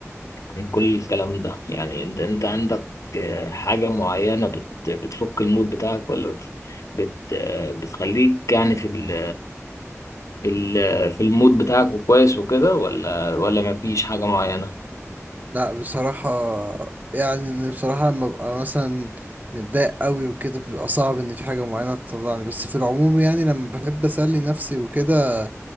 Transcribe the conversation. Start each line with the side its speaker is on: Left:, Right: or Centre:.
Left: عن كل الكلام ده يعني انت انت عندك آه، حاجة معينة بت بتفك المود بتاعك ولا بت بت آه، بتخليك يعني في ال في ال في المود بتاعك وكويس وكده ولا ولا مفيش حاجة معينة
Right: لا بصراحة يعني إن بصراحة لما ببقى مثلا متضايق قوي وكده بيبقى صعب ان في حاجة معينة تطلعني بس في العموم يعني لما بحب اسلي نفسي وكده